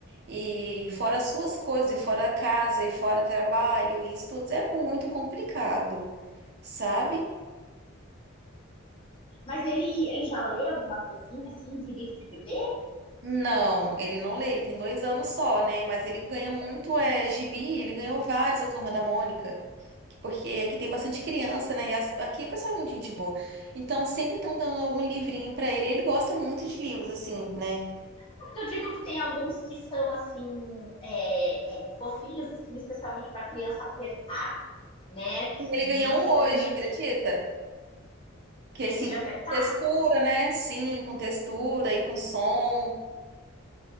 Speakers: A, on the right (about 50°); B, on the left (about 25°).
A: E fora as suas coisas, e fora a casa, e fora trabalho, isso tudo é muito complicado, sabe?
B: Mas ele, ele já lê alguma coisinha, assim, de livro de bebê? É
A: Não, ele não lê, ele tem dois anos só, né? Mas ele ganha muito é, gibi, ele ganhou vários a Turma da Mônica, que- porque aqui tem bastante criança, né? E as- aqui o pessoal é muito gente boa. Então sempre estão dando algum livrinho pra ele, ele gosta muito de livros, assim, né?
B: porque eu digo que tem alguns que são, assim, é, é, fofinhos, assim, especialmente para criança apertar, né? Que
A: E ele ganhou
B: não necessariamente
A: um hoje, acredita? Que
B: desses
A: assim,
B: de apertar.
A: textura, né? Sim, com textura e com som.